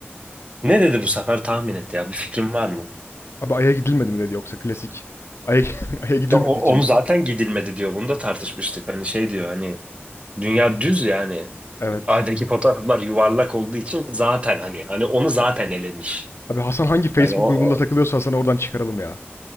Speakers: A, on the right; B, on the left.
A: Ne dedi bu sefer tahmin et ya bir fikrin var mı?
B: Abi Ay'a gidilmedi mi dedi yoksa klasik. Ay'a, <laughs> Ay'a gidilmedi
A: Ya o- onu
B: mi?
A: zaten gidilmedi diyor. Bunu da tartışmıştık. Hani şey diyor hani dünya düz yani.
B: Evet.
A: Aydaki fotoğraflar yuvarlak olduğu için zaten hani hani onu zaten elemiş.
B: Abi Hasan hangi Facebook
A: Yani o o-
B: grubunda takılıyorsa Hasan'ı oradan çıkaralım ya.